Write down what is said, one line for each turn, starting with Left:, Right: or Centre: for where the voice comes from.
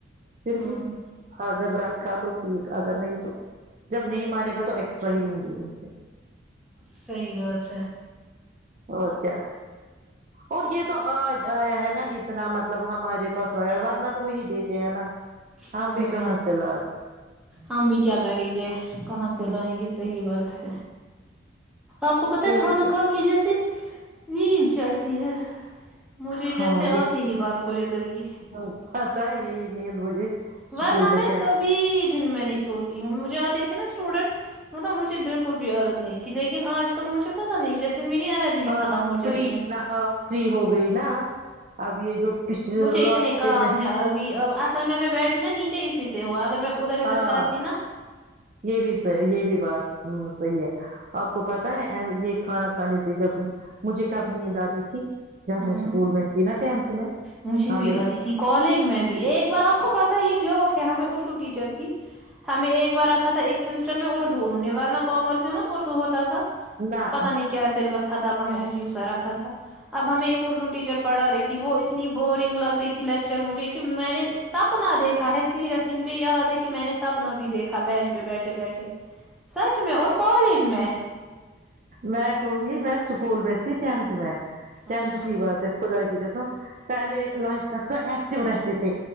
Right: پھر
Centre: ہوں
Right: بھی آ گبرا کا تو ٹھیک اگر نہیں تو جب نہیں مان گا تو ایکسٹرا ہی لوں گی ان سے
Centre: صحیح بات ہے
Right: اور کیا اور یہ تو آیا ہے نا اتنا مطلب ہمارے پاس وغیرہ ورنہ تو وہی دیتے یہ ہے نا ہم
Centre: ہ
Right: بھی کہاں سے لاتے
Centre: ہم بھی کیا کریں گے کہاں سے
Right: ہوں
Centre: لائیں گے صحیح بات ہے آپ کو پت ہے
Right: یہی
Centre: کھانا
Right: تو
Centre: کھا کی جیسے نیند چڑھتی ہے مجھے
Right: ہاں
Centre: جیسے آنکھیں
Right: یہ
Centre: ہی بانند ہونے لگی
Right: ہوں، پتا ہے یہی نیند مجھے اسکول
Centre: ورنہ میں
Right: چڑھ
Centre: کبھی دن میں نہیں سوتی ہوں مجھے آتے تھے نا اسٹوڈینٹ ہ <inaudible> مطلب مجھےالکل بھی عادت نہیں <inaudible> آج کل مجھے پتا نہیں جیسے میری انرجی
Right: ہ
Centre: ہی ختم ہو
Right: فری
Centre: جاتی ہے
Right: نہ فری ہو گئی نا اب یہ جو پچھ
Centre: مجھے
Right: لاسٹ
Centre: اتنے
Right: پہ
Centre: کام
Right: میں
Centre: ہے ابھی اب اصل میں میں بیٹھی نا نیچے اسی ہوا اگر میں ادھر ادھر
Right: ہاں
Centre: کرتی نا
Right: یہ بھی یہ بھی بات ہ صحیح ہے آپ کو پت ہے یہ کھانا کھانے سے جب مجھے کبنی دادی تھی
Centre: ہوں
Right: میں سکول بیٹھی نا <inaudible>
Centre: مجھے
Right: ہمیں
Centre: بھی آتی تھی کالج میں بھی ایک بار آپ کو پتا یہ جو کہ ہمیں اردو ٹیچر تھی ہمیں ایک بار رکھا تھا ایک سمیسٹر چل میں اور دور ہوںی بار نہ کامرس میں مت اردو ہوتا تھا
Right: نہ
Centre: پتا نہیں کیا سلیبس تھا ب ہمیں عجیب سا رکھا تھا اب ہمیں ایک اردو ٹیچر پڑا رہی تھی وہ ا اتنی بورنگ لگ رہی تھی لیکچر مجھے کہ میں نے سپنا دیکھا ہے سیریسلی م یاد ہے کہ میں نے سپنا بھی دیکھا ا بیینچ پہ بیٹھے بیٹھے سچ میں اور کالج میں
Right: میں کہوں گی میں اسکول میں تھی تینٹھ میں
Centre: ہوں
Right: ٹینٹھ کی بات ہے خدا کی قسم پہلے لنچ تو ایکٹو رہتے تھے